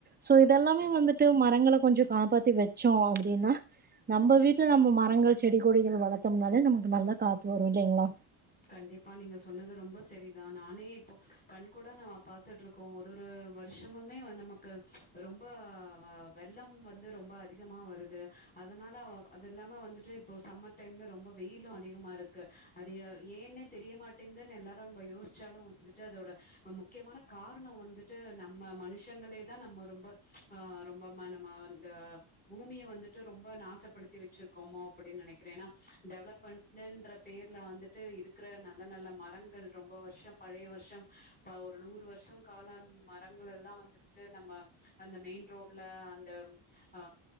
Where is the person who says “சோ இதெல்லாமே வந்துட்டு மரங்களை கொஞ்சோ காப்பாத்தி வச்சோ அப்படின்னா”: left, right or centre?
Right